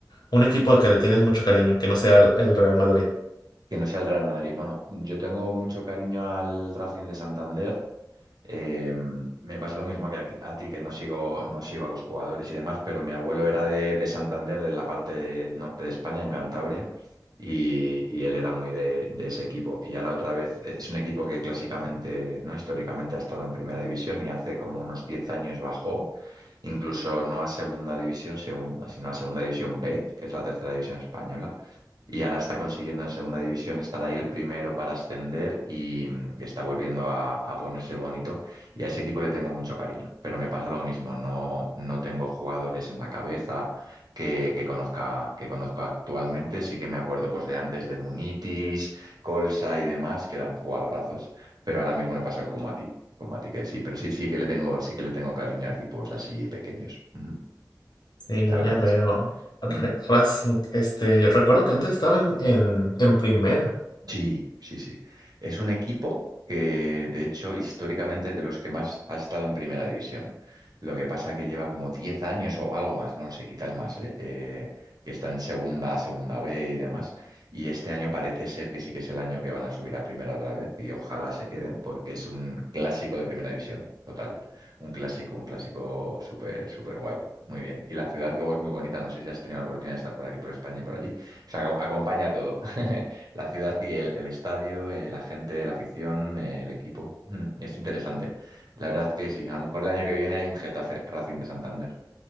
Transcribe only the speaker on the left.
un equipo al que le tienes mucho cariño, que no sea el, el Real Madrid.
Sí,
ya veo.
Re-
Racing, este, recuerdo que antes estaba en, en, en primera.